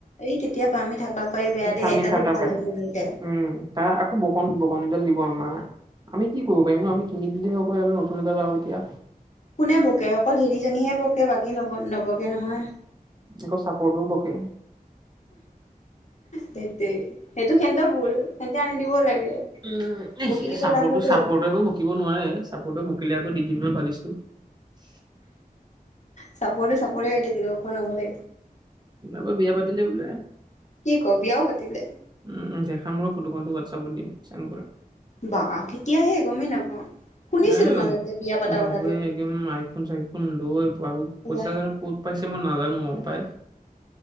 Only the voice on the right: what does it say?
থামি
থকা
পাই
উম তাৰ আকৌ বকন বকনিডাল দিব আমাৰ আমি কি কৰিব পিম ন আমি কঙি দিলে হ'বাৰিলে নতুন এটাাদা আৰু এতিয়া
আকৌ চাপৰ্টো বকে
উ
চাপৰটো
চাপৰটো
একো বকিব নোৱাৰে চাপৰটোো বকিলে আকৌ দুদিন পালি <unintelligible>
উাপ বিয়া পাতিলে বোলে
উম জেখা মোৰ ফটোখনো হোৱাটছপত দিম চেড কৰিম
এন
বাবুৱে
একদম আইফোন চাইফোন লৈ বাবু পইচা
জানো ক'ত পাইছে মই নাজানো আৰু নাপায়